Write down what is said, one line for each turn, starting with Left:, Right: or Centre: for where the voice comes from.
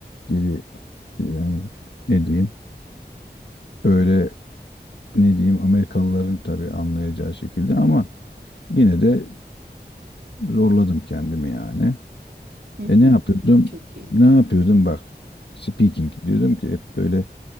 Left: Dili yani ne diyeyim böyle ne diyeyim Amerikalıların tabii anlayacağı şekilde ama yine de Zorladım kendimi yani.
Right: Hı hı.
Left: E ne yapıyordum?
Right: Hı hı. Çok iyi.
Left: Ne yapıyordum bak. Speaking diyordum ki hep böyle